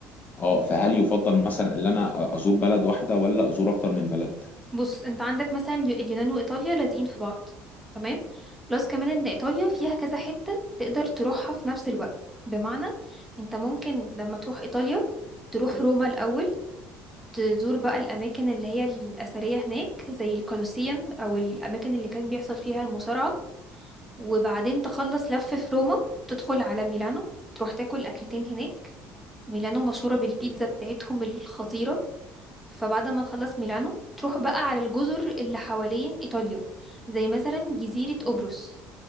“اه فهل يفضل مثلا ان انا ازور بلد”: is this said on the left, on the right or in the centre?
Left